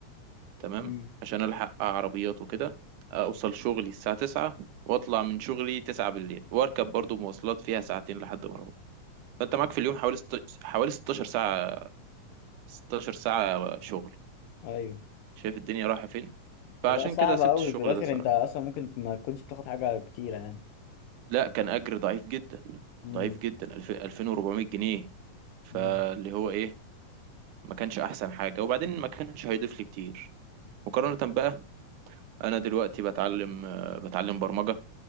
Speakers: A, on the right; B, on the left.
A: تمام
B: امم
A: عشان الحق عربيات وكده اوصل شغلي الساعه 9 واطلع من شغلي 9 بالليل واركب برضو مواصلات فيها ساعتين لحد ما اروح فانت معاك في اليوم حوالي ست... حوالي 16 ساعه 16 ساعه شغل
B: ايوه
A: شايف الدنيا رايحه فين
B: لا
A: فعشان
B: صعب
A: كده سبت
B: قوي
A: الشغل
B: في الاخر
A: ده صراحه
B: انت اصلا ممكن ما تكونش بتاخد حاجه كتيره يعني
A: لا كان اجر ضعيف جدا
B: امم
A: ضعيف جدا الف... 2400 جنيه فاللي
B: امم
A: هو ايه ما كانش احسن حاجه وبعدين ما كانش هيضيف لي كتير مقارنه بقى انا دلوقتي بتعلم آه، بتعلم برمجه